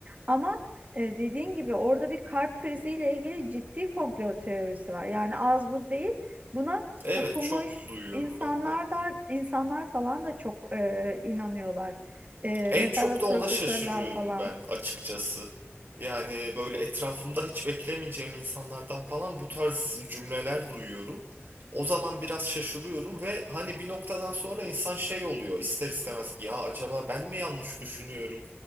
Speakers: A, on the right (about 35°); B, on the right (about 55°).
A: Ama e, dediğin gibi orada bir kalp kriziyle ilgili ciddi komplo teorisi var. Yani az buz değil. Buna
B: Evet
A: okumuş
B: çok duyuyorum
A: insanlar
B: ben de.
A: da insanlar falan da çok e, inanıyorlar. E,
B: En
A: mesela
B: çok
A: böyle
B: da
A: profesörler
B: ona şaşırıyorum
A: falan.
B: ben açıkçası. Yani böyle etrafımda hiç beklemeyeceğim insanlardan falan bu tarz cümleler duyuyorum. O zaman biraz şaşırıyorum ve hani bir noktadan sonra insan şey oluyor ister istemez ya acaba ben mi yanlış düşünüyorum?